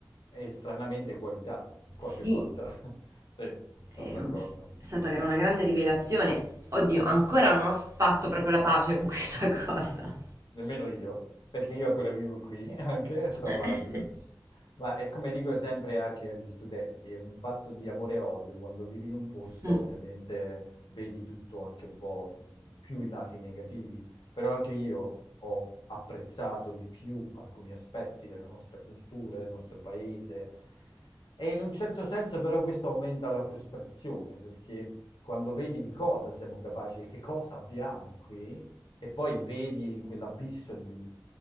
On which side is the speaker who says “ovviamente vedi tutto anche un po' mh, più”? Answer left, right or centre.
Left